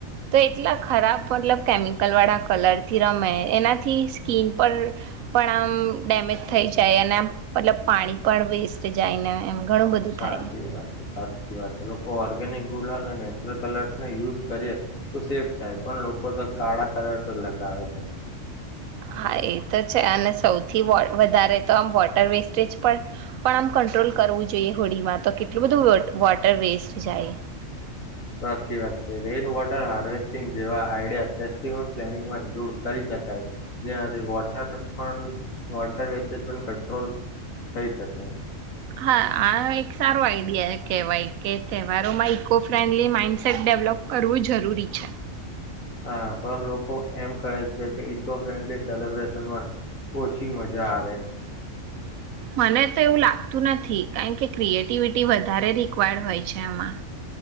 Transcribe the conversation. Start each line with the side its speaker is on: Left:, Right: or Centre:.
Right: તો એટલા ખરાબ, મતલબ, કેમિકલ વાળા કલરથી રમે. એનાથી સ્કીન પર પણ આમ ડેમેજ થઈ જાય જ એના મતલબ પાણી પણ વેસ્ટ જાય ને એમ ઘણું બધું
Left: સાચી
Right: થાય
Left: વાત છે, સાચી વાત છે. લોકો ઓર્ગેનિક ગુલાલ અને નેચરલ કલર્સનો યુઝ કરીએ તો સેફ થાય. પણ લોકો તો કાળા કલર્સ જ લગાવે છે!
Right: હા, એ તો છે. અને સૌથી વધારે તો આમ વોટર વેસ્ટેજ પણ, પણ આમ કંટ્રોલ કરવું જોઈએ, હોળીમાં તો કેટલું બધું વોટર વેસ્ટ જાય!
Left: સાચી વાત છે, રેન વોટર હારવેસ્ટિંગ જેવા આઈડિયા ફેસ્ટિવલ પ્લાનિંગમાં ઇન્ક્લૂડ કરી શકાય, જેનાથી વોટર પણ, વોટર વેસ્ટેજ પણ કંટ્રોલ થઈ શકે.
Right: હા, આ એક સારો આઈડિયા કહેવાય, કે તહેવારોમાં ઈકો ફ્રેન્ડલી માઈન્ડસેટ ડેવલોપ કરવું જરૂરી છે.
Left: હા, પણ લોકો એમ કહે છે કે ઈકો ફ્રેન્ડલી સેલબ્રેશનમાં ઓછી મજા આવે.
Right: મને તો એવું લાગતું નથી, કારણ કે ક્રિએટિવિટી વધારે રિક્વાયર્ડ હોય છે એમાં